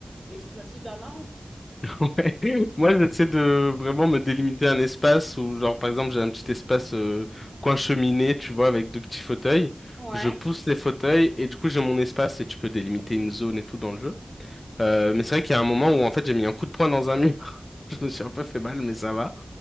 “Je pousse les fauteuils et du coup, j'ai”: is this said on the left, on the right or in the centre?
Left